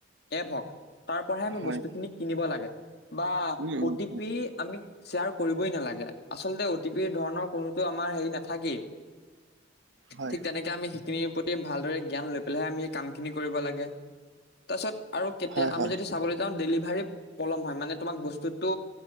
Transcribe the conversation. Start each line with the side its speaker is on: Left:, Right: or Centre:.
Left: এপ হওক, তাৰ পৰাহে আমি
Right: হয় হয়
Left: বস্তুখিনি কিনিব লাগে বা
Right: um
Left: O T
Right: um
Left: P আমি শ্বেয়াৰ কৰিবই নালাগে, আচলতে অ টি পি ধৰণৰ কোনোতো আমাৰ হেৰি নাথাকেই।
Right: হয়
Left: ঠিক, তেনেকে আমি সেইখিনিৰ প্ৰতি ভালদৰে জ্ঞান লৈ পেলাইহে আমি এই কাম খিনি কৰিব লাগে। তাৰপিছত আৰু কেতিয়া
Right: হয়
Left: আমি
Right: হয়
Left: যদি চাবলৈ যাওঁ, ডেলিভাৰী পলম হয়, মানে তোমাক বস্তুটো